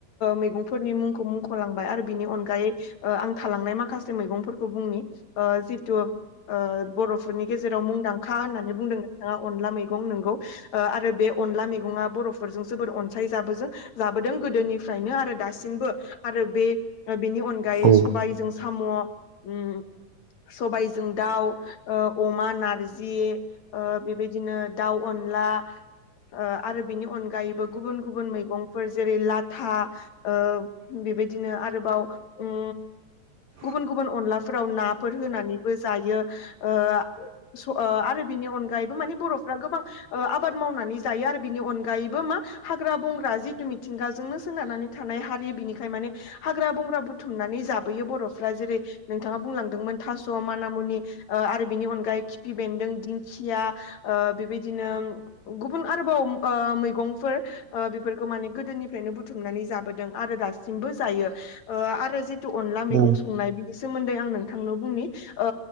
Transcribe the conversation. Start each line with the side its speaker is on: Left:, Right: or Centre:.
Left: मैंफोरनि मुंखौ मुंखलांबाय आरो बिनि अनगायै ओ आं थालांनाय माखासे मैगंफोरखौ बुंनि ओ जिथु ओ बर'फोरनि गेजेराव मुंदांखा होननानै बुंदों नोंथाङा अनला मैगं नंगौ आरो बे अनला मेगङा बर'फोरजों जबोर अनसायो जाबोजो जाबोदों गोदोनिफ्रायनो आरो दासिमबो आरो आरो बे बेनि अनगायै
Right: औ
Left: जों साम' उम सबायजों दाउ, ओ अमा नारजि बेबायदिनो ओ दाउ ओन ला ओ आरो बिनि अनगायैबो गुबुन गुबुन मैगंफोर जेरै लाथा ओ बेबायदिनो आरोबाव उम
Right: <inaudible>
Left: गुबुन गुबुन अनलाफोराव नाफोर होनानैबो जायो ओ स- आरो बिनि उनाव अनगायैबो माने बर'फ्रा गोबां आबाद मावनानै जायो आरो बिनि अनगायैबो मा हाग्रा बंग्रा जि मिथिंगाजोंनो सोनारनानै थानाय हारि बिनिखाय माने हाग्रा बंग्रा बुथुमनानै जा बोयो बर'फ्रा जेरै नोंथाङा बुंलांदोंमोन थास' मानामुनि आरो बिनि अनगायै खिफि बेन्दों दिंखिया ओ बेबायदिनो गुबुन आरोबाव ओ मैगंफोर ओ बेफोरखौ माने गोदोनिफ्रायनो बुथुमनानै जाबोदों आरो दासिमबो जायो। ओ आरो जि तु अनला मैगं
Right: औ
Left: संनाय बेनि सोमोन्दै आं नों थांनो बुंनि ओ